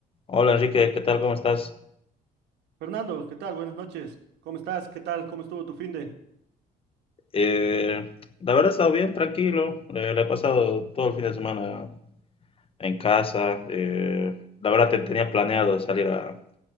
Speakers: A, on the left; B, on the right.
A: Hola Enrique, ¿qué tal? ¿Cómo estás?
B: Fernando, ¿qué tal? Buenas noches. ¿Cómo estás? ¿Qué tal? ¿Cómo estuvo tu fin de?
A: Eh, la verdad he estado bien, tranquilo. Eh, le he pasado todo el fin de semana en casa. Eh, la verdad te- tenía planeado salir a,